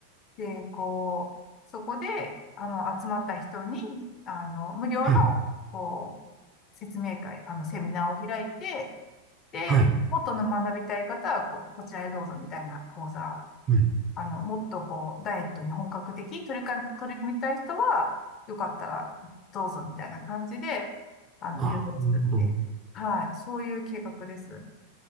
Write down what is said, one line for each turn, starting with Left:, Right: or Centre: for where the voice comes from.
Left: で、こう、そこで、あの、集まった人に、あの、無料の、
Right: はい、
Left: こう、説明会、あの、セミナーを開いて、で、
Right: はい。
Left: もっと学びたい方は、こう、こちらへどうぞみたいな講座、
Right: はい
Left: あの、もっとこう、ダイエットに本格的に取りか、取り組みたい人は、よかったらどうぞみたいな感じで、あの、
Right: ああ、
Left: 誘導するっていう。
Right: なるほど。
Left: はい。そういう計画です。